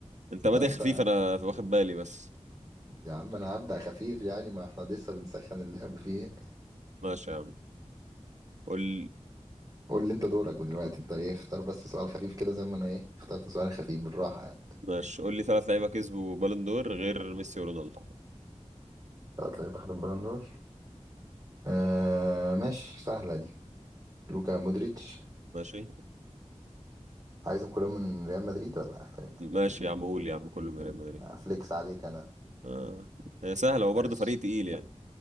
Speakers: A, on the right (about 85°); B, on the right (about 30°).
A: أنت بادئ
B: <laughs> أنت
A: خفيف أنا واخد بالي بس
B: يا عم أنا هبدأ خفيف يعني ما إحنا لسه بنسخن اللعب فيه
A: ماشي يا عم قول
B: قول لي انت دورك دلوقتي انت ايه اختار بس سؤال خفيف كده زي ما انا ايه اخترت سؤال خفيف بالراحه يعني
A: ماشي قول لي ثلاث لعيبة كسبوا بالون دور غير ميسي ورونالدو
B: طلعت لعيب اخد البالون دور آه ماشي سهله دي لوكا مودريتش
A: ماشي
B: عايزهم كلهم من ريال مدريد ولا فريق
A: ماشي يا عم قول يا عم كله من ريال مدريد
B: افليكس عليك انا
A: آه هي سهلة وبرضه
B: ماشي
A: فريق تقيل يعني